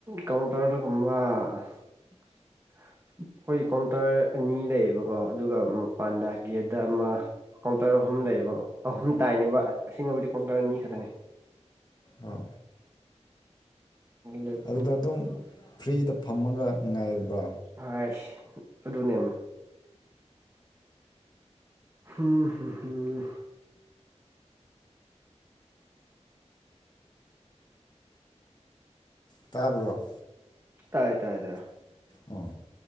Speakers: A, on the right; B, on the left.
A: ꯀꯥꯎꯟꯇꯔꯗ ꯀꯨꯝꯕ ꯑꯩꯈꯣꯏ ꯀꯥꯎꯟꯇꯔ ꯑꯅꯤ ꯂꯩꯌꯦꯕꯀꯣ ꯑꯗꯨꯒ ꯄꯥꯟꯗꯥ ꯒꯦꯗ ꯑꯃ ꯀꯥꯎꯟꯇꯔ ꯑꯍꯨꯝ ꯂꯩꯌꯦꯕ ꯑꯍꯨꯝ ꯇꯥꯏꯅꯦꯕꯕꯕꯨꯗꯤ ꯀꯥꯎꯟꯇꯔ ꯑꯅꯤ ꯈꯛꯇꯅꯦ
B: ꯑꯥ
A: ꯂꯦꯞ
B: ꯑꯗꯨꯗ ꯑꯗꯨꯝ ꯐ꯭ꯔꯤꯗ ꯐꯝꯃꯒ ꯉꯥꯏꯕ꯭ꯔꯥ
A: ꯍꯥꯏꯁ ꯑꯗꯨꯅꯦ ꯍꯝ ꯍ ꯍꯝ
B: ꯇꯥꯕ꯭ꯔꯣ
A: ꯥꯏ ꯇꯥꯏ ꯇ
B: ꯑꯣ